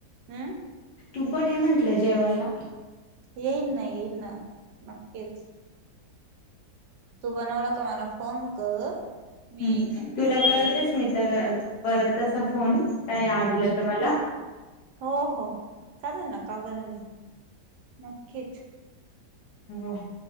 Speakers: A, on the right; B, on the left.
A: हम.
B: तू पण हे म्हंटलंय जेवायला.
A: येईन ना येईन ना नक्कीच. तू बनवला का मला फोन कर मी
B: हम्म
A: येईन नक्कीच
B: तुला करतेच मी तर परतसा फोन काय आणलं तर मला
A: हो हो चालेल न का बरं नाही नक्कीच
B: हो